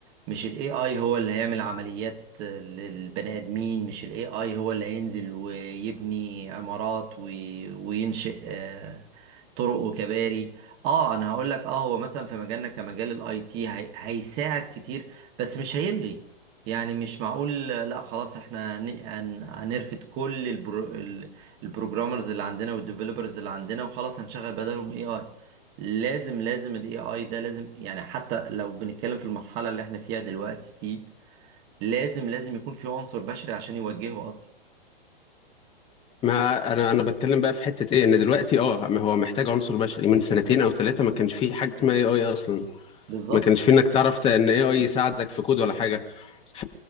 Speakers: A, on the right (about 35°); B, on the left (about 20°).
A: مش الاي اي هو اللي هيعمل عمليات للبني آدمين مش الاي اي هو اللي هينزل ويبني عمارات وي... وينشئ آه، طرق وكباري اه انا هقول لك اه هو مثلا في مجالنا كمجال الاي تي هي... هيساعد كتير بس مش هيلغي يعني مش معقول لا خلاص احنا هن- هن- هنرفد كل البرو ال- البروجرامرز اللي عندنا والديفلوبرز اللي عندنا وخلاص هنشغل بدلهم اي اي لازم لازم الاي اي ده لازم يعني حتى لو بنتكلم في المرحلة اللي احنا فيها دلوقتي دي لازم لازم يكون في عنصر بشري عشان يوجهه اصلا
B: ما انا انا بتكلم بقى في حته ايه ان دلوقتي اه ما هو محتاج عنصر بشري من سنتين او ثلاثه ما كانش فيه حاجه اسمها اي اي اصلا
A: بالظبط
B: ما كانش في انك تعرف ت- ان اي يساعدك في كود ولا حاجه ف